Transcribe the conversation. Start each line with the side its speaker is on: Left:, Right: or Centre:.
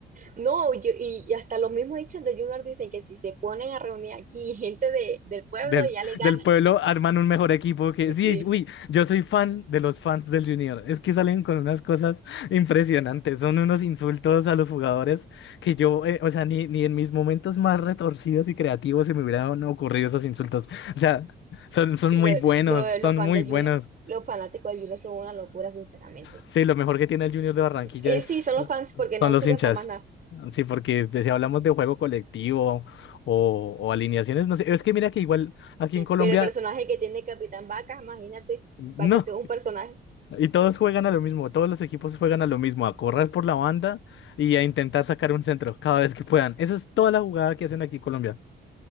Right: No, yo- y y hasta los mismos hinchas de Junior dicen que si se ponen a reunir aquí <laughs> gente de, del pueblo,
Left: Del,
Right: ya le ganan.
Left: del pueblo arman un mejor equipo que...
Right: ¿no? Sí,
Left: Sí, uy, yo soy fan de los fans del Junior. Es que salen con unas cosas impresionantes. Son unos insultos a los jugadores que yo, eh, o sea, ni, ni en mis momentos más retorcidos y creativos se me hubieran ocurrido esos insultos. O sea, son, son
Right: lo-
Left: muy buenos,
Right: lo-
Left: son
Right: los fans
Left: muy
Right: de Junior,
Left: buenos.
Right: los fanáticos de Junior son una locura, sinceramente.
Left: Sí, lo mejor que tiene el Junior de Barranquilla
Right: Eh,
Left: es,
Right: sí, son los fans porque no
Left: son los
Right: sirven
Left: hinchas.
Right: para más nada.
Left: Sí, porque de- si hablamos de juego colectivo o, o alineaciones, no sé, es que mira que igual aquí en Colombia...
Right: Pero el personaje que tiene Capitán Vaca, imagínate,
Left: No,
Right: Vaca que es un personaje.
Left: Y todos juegan a lo mismo, todos los equipos juegan a lo mismo, a correr por la banda y a intentar sacar un centro cada vez que puedan. Esa es toda la jugada que hacen aquí en Colombia.